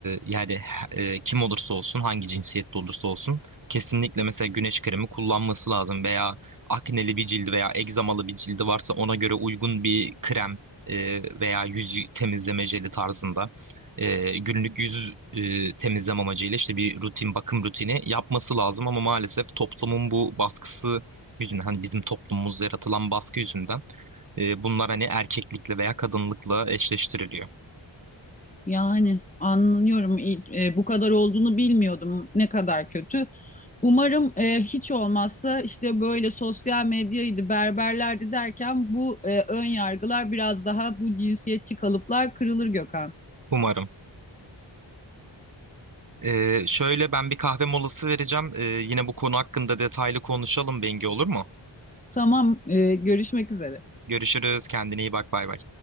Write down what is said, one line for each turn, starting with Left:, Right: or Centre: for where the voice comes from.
Right: yani e, kim olursa olsun hangi cinsiyette olursa olsun kesinlikle mesela güneş kremi kullanması lazım veya akneli bir cildi veya egzamalı bir cildi varsa ona göre uygun bir krem e, veya yüz temizleme jeli tarzında e, günlük yüz e, temizleme amacıyla işte bir rutin bakım rutini yapması lazım ama maalesef toplumun bu baskısı yüzünden hani bizim toplumumuzda yaratılan baskı yüzünden e, bunlar hani erkeklikle veya kadınlıkla eşleştiriliyor.
Left: Yani anlıyorum. e, bu kadar olduğunu bilmiyordum. Ne kadar kötü. Umarım e, hiç olmazsa işte böyle sosyal medyaydı, berberlerdi derken bu e, ön yargılar biraz daha bu cinsiyetçi kalıplar kırılır Gökhan.
Right: Umarım. Ee, şöyle ben bir kahve molası vereceğim. Ee, yine bu konu hakkında detaylı konuşalım Bengi olur mu?
Left: Tamam, e, görüşmek üzere.
Right: Görüşürüz. Kendine iyi bak. Bay bay.